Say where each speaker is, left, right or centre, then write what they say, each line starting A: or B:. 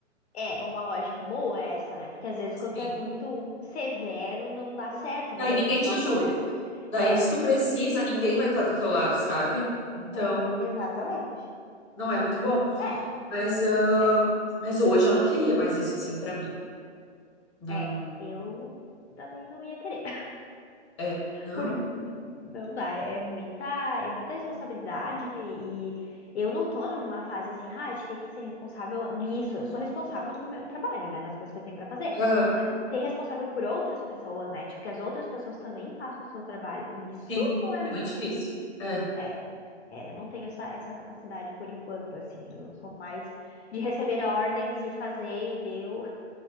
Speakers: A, on the left; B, on the left.
A: é uma lógica boa essa, né? Porque às vezes quando
B: bem.
A: é muito severo, não dá certo, né?
B: Daí
A: Daí
B: ninguém
A: o pessoal
B: te ajuda.
A: começa.
B: Daí,
A: É,
B: se tu precisa, ninguém vai estar do teu lado, sabe? Então,
A: é, exatamente.
B: não é muito bom.
A: É,
B: Mas, ah,
A: é,
B: mas hoje eu não queria mais isso assim pra mim. Não,
A: é. Eu também não ia querer.
B: é, não.
A: Por... Não dá, é é muita, é muita responsabilidade e eu não tô numa fase assim, ah, a gente tem que ser responsável nisso. Eu sou responsável no meu trabalho, né, nas coisas que eu tenho pra fazer,
B: Aham,
A: mas ser responsável por outras pessoas, né, tipo que as outras pessoas também façam o seu trabalho. E isso
B: Sim,
A: não é
B: é
A: muito
B: muito
A: bom.
B: difícil. É.
A: É. É, eu não tenho essa, essa capacidade por enquanto, assim, eu sou mais de receber ordens e fazer e deu,